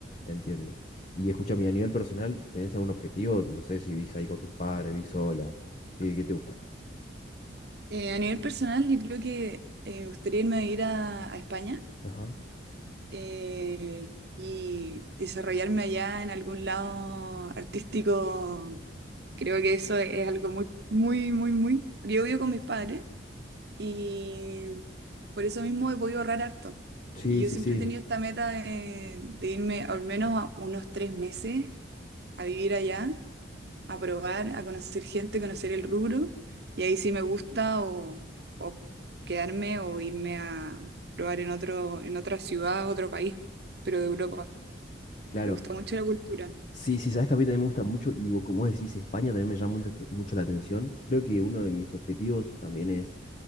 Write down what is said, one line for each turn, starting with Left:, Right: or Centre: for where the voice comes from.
Left: Entiendo. Y escúchame, y a nivel personal, ¿tenés algún objetivo? No sé si vivís ahí con tus padres, vivís sola. ¿Qué, qué te gusta?
Right: Eh, a nivel personal, yo creo que eh, me gustaría irme a ir a, a España
Left: Ajá.
Right: eh, y desarrollarme allá en algún lado artístico. Creo que eso es algo muy, muy, muy, muy. Yo vivo con mis padres Y por eso mismo he podido ahorrar harto.
Left: Sí,
Right: Y yo
Left: sí,
Right: siempre
Left: sí,
Right: he tenido esta meta de, de irme al menos a unos tres meses a vivir allá, a probar, a conocer gente, conocer el rubro. Y ahí sí me gusta o, o quedarme o irme a probar en otro, en otra ciudad, otro país, pero de Europa.
Left: claro.
Right: Me gusta mucho la cultura.
Left: Sí, sí, sabes que a mí también me gusta mucho y vos, como decís, España también me llama mucho, mucho la atención. Creo que uno de mis objetivos también es,